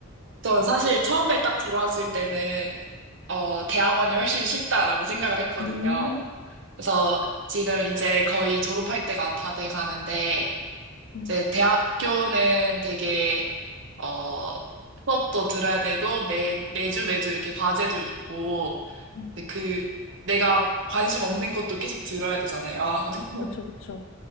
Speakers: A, on the right; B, on the left.
A: 저 사실 처음에 딱 들어왔을 때는, 어, 대학원이 훨씬 쉽다라고 생각을 했거든요.
B: 음,
A: 그래서 지금 이제 거의 졸업할 때가 다 돼 가는데,
B: 음,
A: 이제 대학교는 되게, 어, 수업도 들어야 되고, 매, 매주 매주 이렇게 과제도 있고,
B: 음.
A: 근데 그 내가 관심 없는 것도 계속 들어야 되잖아요. <laughs>
B: 그쵸, 그쵸.